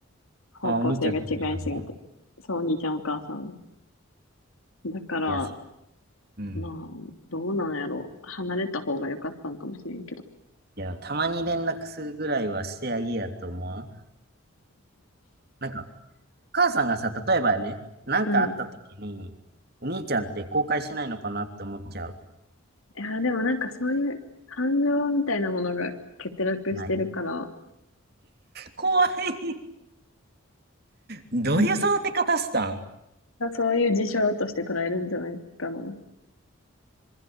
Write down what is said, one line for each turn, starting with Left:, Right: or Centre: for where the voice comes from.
Left: 方向性が違いすぎて。
Right: あ、お兄ちゃんのお母さんも
Left: そう、お兄ちゃんお母さん。だから、
Right: いや、そうん。
Left: まあ、どうなんやろう。離れた方が良かったんかもしれんけど。
Right: いや、たまに連絡するぐらいはしてあげやと思わんなんか、お母さんがさ、例えばね、なんかあった時に、
Left: うん。い
Right: お兄ちゃんって後悔しないのかなって思っちゃう。
Left: や、でもなんかそういう感情みたいなものが欠落してるから、
Right: ない怖い。どういう育て方したん
Left: <laughs> そういう事象として捉えるんじゃないかな。<laughs> い